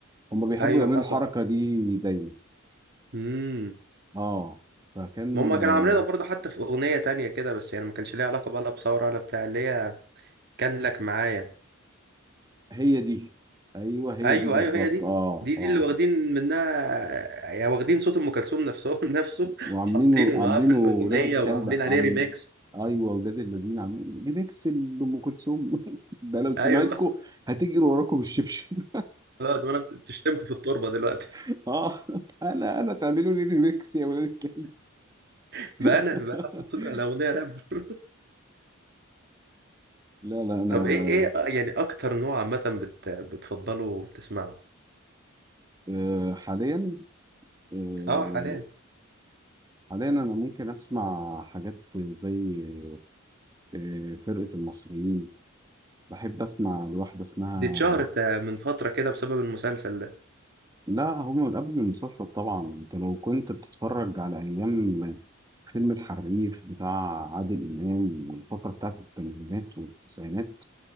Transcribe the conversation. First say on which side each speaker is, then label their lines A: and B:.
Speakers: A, on the right; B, on the right.
A: هم بيحبوا
B: ايوه
A: يعملوا
B: حصل
A: الحركة دي دايما
B: امم
A: اه فكان
B: ما هم
A: آه،
B: كانوا عاملينها برضه حتى في اغنيه تانية كده بس يعني ما كانش ليها علاقه بقى لا بثوره ولا بتاع اللي هي كان لك معايا
A: هي دي ايوه هي
B: ايوه
A: دي بالظبط
B: ايوه هي دي
A: اه
B: دي دي
A: اه
B: اللي واخدين منها يعني واخدين صوت ام كلثوم نفسه <laughs> نفسه
A: وعاملينه
B: حاطينه
A: عاملينه
B: معاه في الاغنيه
A: ولاد الكلب
B: وعاملين
A: عم
B: عليه ريميكس
A: ايوه ولاد الذين عاملين ريميكس لام كلثوم <laughs> ده لو سمعتكم
B: ايوه والله
A: هتجري وراكم الشبشب
B: خلاص انا بت- بتشتمك في التربه دلوقتي
A: <laughs> اه انا انا تعملوا لي ريميكس يا ولاد الكلب
B: <laughs> بقى انا
A: <laughs>
B: بقى انا حاطين على اغنيه راب <laughs>
A: لا لا انا
B: طب ايه ايه آه، يعني اكتر نوع عامه بت بتفضله وتسمعه
A: آه، حاليا آه،
B: اه حاليا
A: حاليا انا ممكن اسمع حاجات زي آه، فرقة المصريين بحب اسمع لواحدة اسمها
B: دي اتشهرت آه، من فتره كده بسبب المسلسل ده
A: لا هم من قبل المسلسل طبعا انت لو كنت بتتفرج على ايام فيلم الحريف بتاع عادل امام والفترة بتاعت الثمانينات والتسعينات